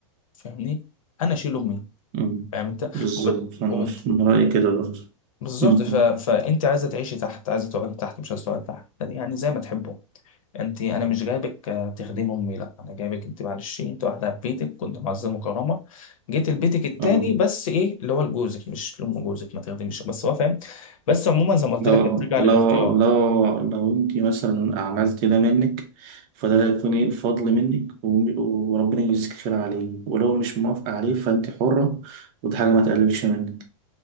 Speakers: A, on the left; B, on the right.
A: فاهمني انا اشيل امي
B: مم.
A: فاهم انت
B: بالظبط أنا
A: وبت...
B: من رأيي كده برضه.
A: بالظبط
B: مم.
A: ف... فانت عايزه تعيشي تحت عايزه تقعدي تحت مش عايزه تقعدي تحت يعني يعني زي ما تحبوا انت انا مش جايبك آه، تخدمي امي لا انا جايبك انت معلش انت واحده في بيتك كنت معززه مكرمه جيت لبيتك التاني
B: اه
A: بس ايه اللي هو لجوزك مش لام جوزك ما تخدميش بس هو فاهم بس عموما زي ما قلت
B: لو
A: لك هي بترجع
B: لو
A: للاختيار
B: لو لو انت مثلا عملت ده منك فده هيكون ايه فضل منك و- وربنا يجزيك خير عليه ولو مش موافقة عليه فانت حرة ودي حاجة ما تقللش منك